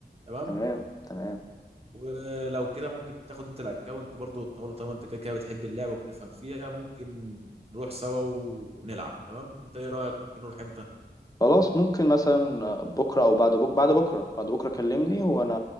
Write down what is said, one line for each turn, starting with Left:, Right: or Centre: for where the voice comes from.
Right: تمام
Left: تمام تمام
Right: ولو كده ممكن تاخد انت الاكونت برضه وتطوره طالما انت كده كده بتحب اللعبه وبتفهم فيها ممكن نروح سوا و- ونلعب تمام انت ايه رايك ممكن نروح امتى
Left: خلاص ممكن مثلا بكرة أو بعد بكرة بعد بكرة بعد بكرة كلمني وأنا